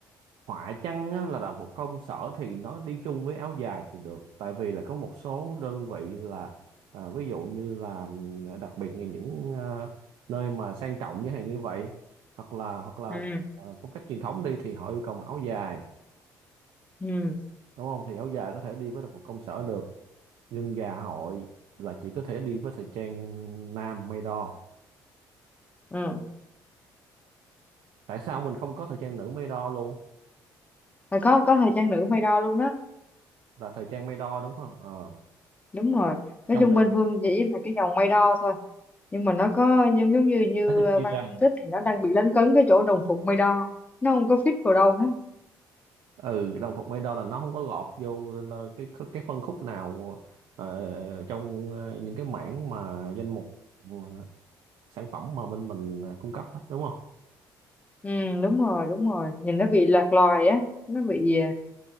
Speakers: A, on the right; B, on the left.
A: họa chăng á, là đồng phục công sở thì nó đi chung với áo dài thì được tại vì là có một số đơn vị là à, ví dụ như là ừm, đặc biệt là những à, nơi mà sang trọng như hàng như vậy hoặc là hoặc là
B: Ừm,
A: à, phong cách truyền thống đi thì họ yêu cầu mặc áo dài
B: ừm,
A: đúng không thì áo dài có thể đi với đồng phục công sở được nhưng dạ hội là chỉ có thể đi với thời trang nam may đo
B: ừm.
A: tại sao mình không có thời trang nữ may đo luôn
B: Và có có thời trang nữ may đo luôn đó
A: là thời trang may đo đúng không Ờ.
B: đúng rồi nói
A: trong
B: chung
A: thời
B: bên Phương chỉ là cái dòng may đo thôi nhưng mà nó có giống giống như như
A: tiết chia
B: Văn
A: ra
B: phân tích thì nó đang bị lấn cấn cái chỗ đồng phục may đo nó không có fit vào đâu hết
A: ừ đồng phục Medo là nó không có lọt vô là cái cái cái phân khúc nào ờ, trong ờ, những cái mảng mà danh mục ờ, sản phẩm mà bên mình ờ, cung cấp hết đúng không
B: Ừ, đúng rồi đúng rồi nhìn nó bị lạc loài á nó bị à,